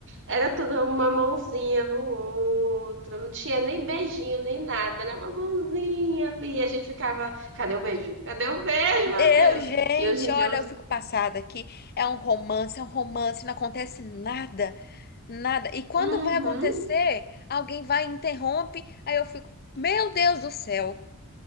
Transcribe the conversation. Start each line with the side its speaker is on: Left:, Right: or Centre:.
Right: era tudo uma mãozinha no outro, não tinha nem beijinho, nem nada, era uma mãozinha ali, a gente ficava, cadê o beijo? Cadê o beijo,
Left: Eu,
Right: meu Deus?
Left: gente,
Right: E hoje em
Left: olha,
Right: dia, eu...
Left: eu fico passada aqui. É um romance, é um romance, não acontece nada, nada. E quando
Right: uhum,
Left: vai acontecer, alguém vai e interrompe, aí eu fico, meu Deus do céu,